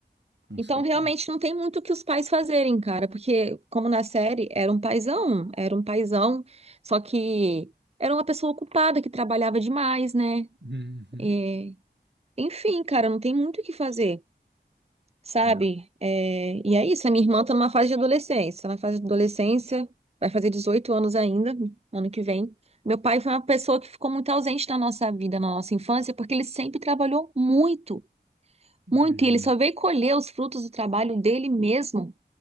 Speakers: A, on the right (about 75°); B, on the right (about 35°).
A: com
B: Então,
A: certeza.
B: realmente, não tem muito o que os pais fazerem, cara, porque, como na série, era um paizão, era um paizão, só que era uma pessoa ocupada que trabalhava demais, né?
A: Uhum.
B: É, Enfim, cara, não tem muito o que fazer, sabe?
A: Né?
B: É, E é isso, a minha irmã tá numa fase de adolescência. Tá na fase de adolescência, vai fazer 18 anos ainda, ano que vem. Meu pai foi uma pessoa que ficou muito ausente na nossa vida, na nossa infância, porque ele sempre trabalhou muito,
A: Imagina.
B: muito. E ele só veio colher os frutos do trabalho dele mesmo